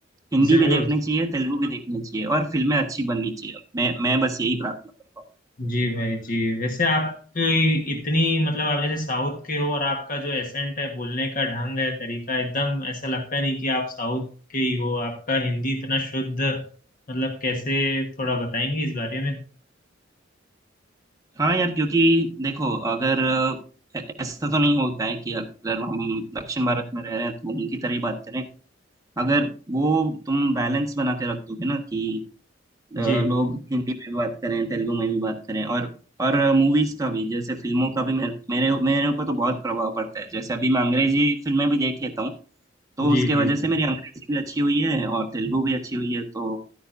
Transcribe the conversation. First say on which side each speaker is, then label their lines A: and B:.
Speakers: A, on the right; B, on the left.
A: हिंदी
B: जरूर
A: भी देखनी चाहिए तेलुगु भी देखनी चाहिए और फिल्में अच्छी बननी चाहिए मैं मैं बस यही प्रार्थना करता हूँ
B: जी भाई जी वैसे आप इतनी मतलब आप जैसे साउथ के हो और आपका जो एसेंट है बोलने का ढंग है तरीका एकदम ऐसा लगता नहीं कि आप साउथ के ही हो आपका हिंदी इतना शुद्ध मतलब कैसे थोड़ा बताएंगे इस बारे में
A: हाँ यार क्योंकि देखो अगर अ, ऐ- ऐसा तो नहीं होता है कि अगर हम दक्षिण भारत में रह रहे हैं तो उनकी तरह ही बात करें अगर वो तुम बैलेंस बना के रख दोगे ना कि अ,
B: जी
A: लोग हिंदी में भी बात करें तेलुगु में भी बात करें और और मूवीज का भी जैसे फिल्मों का भी मेरे मेरे मेरे ऊपर तो बहुत प्रभाव पड़ता है जैसे अभी मैं अंग्रेजी फिल्में भी देख लेता हूँ तो
B: जी
A: उसके
B: जी
A: वजह से
B: जी
A: मेरी अंग्रेजी भी अच्छी हुई है और तेलुगु भी अच्छी हुई है तो